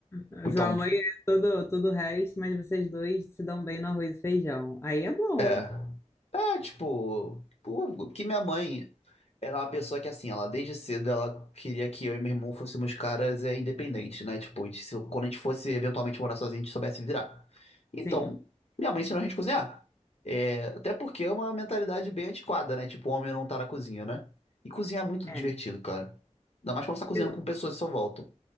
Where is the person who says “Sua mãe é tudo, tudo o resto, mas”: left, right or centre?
Left